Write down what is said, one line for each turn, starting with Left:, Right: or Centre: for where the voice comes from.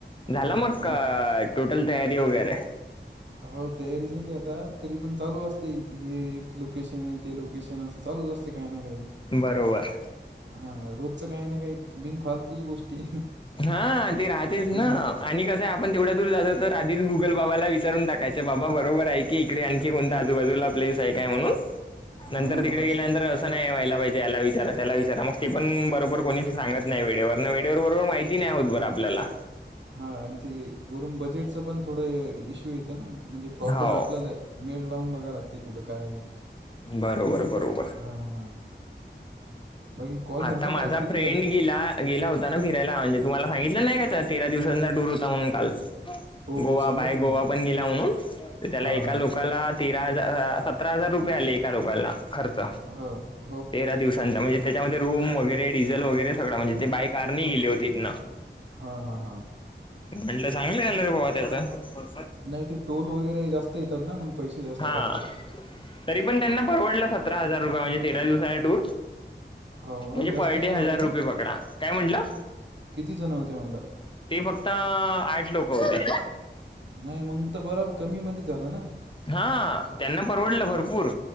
Left: झाला
Right: हां
Left: मग
Right: आणि
Left: टोटल तयारी वगैरे
Right: हो तयारी झाली आता तरी पण चालू असते हे एक लोकेशन आहे ते लोकेशन अस चालच असते काय ना काही
Left: बरोबर
Right: हा रोजच काही ना काही बिनफालतूच गोष्टी
Left: हा ती राहतेस
Right: हां
Left: ना आणि कसं आहे आपण तेवढ्या दूर जातो तर आधीच गुगल बाबाला विचारून टाकायचं बाबा बरोबर आहे की इकडे आणखी कोणत आजूबाजूला प्लेस आहे काय म्हणून नंतर
Right: हो ना
Left: तिकडे
Right: हो ना
Left: गेल्यानंतर अस नाही व्हाला पाहिजे याला विचारा त्याला विचारा मग ते पण बरोबर कोणीच सांगत नाही वेळेवर वेळेवर बरोबर माहिती कती नाही आहोत बरं आपल्याला
Right: हा आणि ते वरून बजेटचं पण थोडं इश्यू येते ना म्हणजे प्रॉपर
Left: हो
Right: आपल्याला मेळ लावून बघा लागते कुठं काय
Left: बरोबर बरोबर
Right: हां हां हां बाकी कॉल
Left: आता
Right: झाले
Left: माझा
Right: का आज किती
Left: फ्रेंड
Right: झाले
Left: गेला गेला होता ना फिरायला म्हणजे तुम्हाला सांगितलं नाही का तेरा दिवसांचा टूर होता म्हणून काल
Right: हो
Left: गोवा
Right: हो सांगितलं
Left: बाय गोवा
Right: ना
Left: पण गेला म्हणून तर त्याला
Right: हां
Left: एका
Right: हां
Left: लोकाला तेरा हजार सतरा हजार रुपये आले एका लोकाला खर्च
Right: ह
Left: तेरा दिवसांचा म्हणजे त्याच्यामध्ये रूम वगैरे डिझेल वगैरे सगळा म्हणजे ते बाय कार नाही गेले होतेत ना
Right: हा हां हां
Left: म्हटलं चांगले आलं रे बाबा त्याचं
Right: नाही ते टोल वगैरे जास्त येतात ना मग पैसे जास्त
Left: हा
Right: लागतात
Left: तरी पण त्यांना परवडलं सतरा हजार रुपये म्हणजे तेरा दिवसाचा टूर
Right: हो का
Left: म्हणजे
Right: जास्त
Left: पर डे
Right: जण
Left: हजार
Right: होते
Left: रुपये
Right: का
Left: पकडा काय म्हंटलं
Right: किती जणं होते मला
Left: ते फक्त आठ लोक होते
Right: नाही मग तर बर कमी मध्ये झालं ना
Left: हा त्यांना परवडलं भरपूर